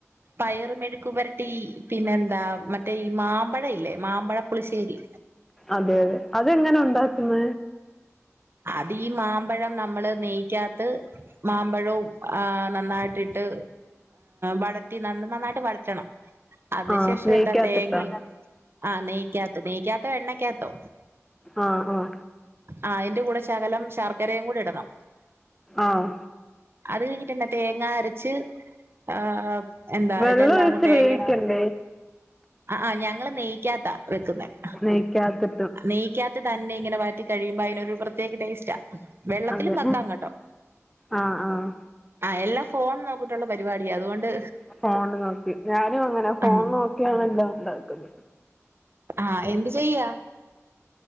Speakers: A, on the right; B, in the centre.
A: പയറ് മെഴുക്കുപരട്ടി പിന്നെന്താ മ ഈ മാമ്പഴ ഇല്ലേ മാമ്പഴപ്പളിശ്ശേരി
B: അതെ അതെ അതെങ്ങനെ ഉണ്ടാക്കുന്ന
A: അത് ഈ മാമ്പഴം നമ്മള് നെയിക്കാത്ത മാമ്പഴവും ആ നന്നായിട്ടിട്ട് വയറ്റി ന നന്നായിട്ട് വയറ്റണം അതിന്ശേഷം
B: ആഹ് നെയ്ക്കാത്തിട്ടോ
A: എന്താ തേങ്ങ ആഹ് നെയ്ക്കാത്ത് നെയ്ക്കാത്തോ എണ്ണക്കാത്തോ
B: ആഹ് ആഹ്
A: ആഹ് അയ്ന്റെ കൂടെ ശകലം ശർക്കരയും കൂടി ഇടണം
B: ആഹ്
A: അത് കഴിഞ്ഞിട്ടന്നെ തേങ്ങ അരച്ച് ആഹ് എന്താ
B: വെള്ളം
A: ഇതെല്ലാന്ന്
B: ഒഴിച്ച്
A: തേങ്ങയും
B: വേവിക്കണ്ടേ
A: ആഹ് ആ് ഞങ്ങള് നെയിക്കാത്താ വെക്കുന്നത്
B: നെയ്ക്കാത്ത്
A: നെയ്ക്കാത്ത് തന്നെ ഇങ്ങനെ വയറ്റി കഴിയുമ്പോ അതിനൊരു പ്രത്യേക ടേസ്റ്റ വെള്ളത്തിലും
B: അതെ
A: വെക്കാങ്ങട്ടോ
B: ആഹ് ആഹ്
A: ആഹ് എല്ലാം ഫോൺ നോക്കിട്ടുള്ള പരിപാടിയാ അതുകൊണ്ട്
B: ഫോണ് നോക്കി ഞാനും അങ്ങനെ ഫോൺ
A: ഉം
B: നോക്കിയാണ് എല്ലാം ഉണ്ടാക്കുന്നത്
A: ആഹ് എന്ത് ചെയ്യാ